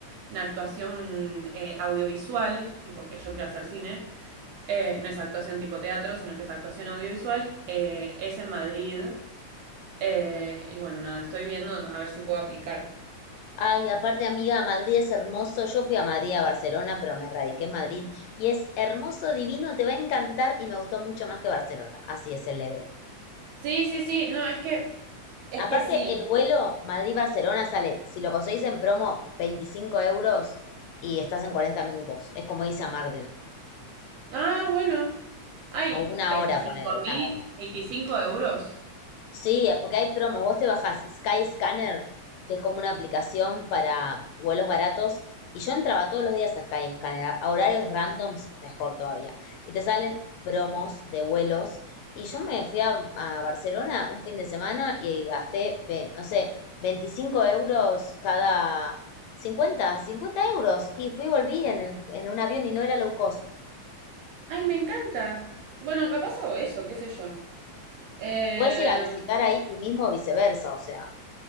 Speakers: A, on the right (about 70°); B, on the left (about 80°).
A: en actuación eh, audiovisual, tipo que yo quiero hacer cine, eh, no es actuación tipo teatro, sino que es actuación audiovisual, eh, es en Madrid, eh, y bueno, nada, estoy viendo a ver si puedo aplicar.
B: Ay, aparte, amiga, Madrid es hermoso. Yo fui a Madrid, a Barcelona, pero me radiqué en Madrid. Y es hermoso, divino, te va a encantar y me gustó mucho más que Barcelona. Así es el level.
A: Sí, sí, sí, no, es que, es
B: Aparte,
A: que sí,
B: el vuelo Madrid-Barcelona sale, si lo conseguís en promo, 25 euros y estás en 40 minutos. Es como irse a Mardel.
A: Ah, bueno. Ay,
B: O una
A: veinticinco
B: hora, ponele,
A: mil,
B: una hora.
A: 25 euros.
B: Sí, porque hay promos. Vos te bajás Skyscanner, que es como una aplicación para vuelos baratos, y yo entraba todos los días a Skyscanner, a a horarios randoms, mejor todavía. Y te salen promos de vuelos. Y yo me fui a, a Barcelona un fin de semana y gasté, ve, no sé, 25 euros cada 50, 50 euros. Y fui y volví en, el- en un avión y no era low cost.
A: ay, me encanta. Bueno, capaz hago eso, qué sé yo. Em,
B: Puedes ir a visitar ahí y mismo viceversa, o sea.